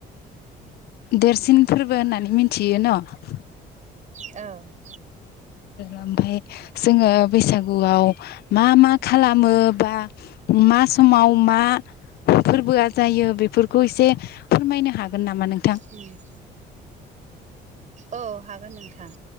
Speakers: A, on the left; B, on the right.
A: देरसिन फोरबो होननानै मिथियो न'
B: औ
A: ओमफफ्राय जोङो बैसागुआव मा मा खालामो बा मा समाव मा फोरबोआ जायो बेफोरखौ एसे फोरमायनो हागोन नामा नों
B: होम औ हागोन नोंथां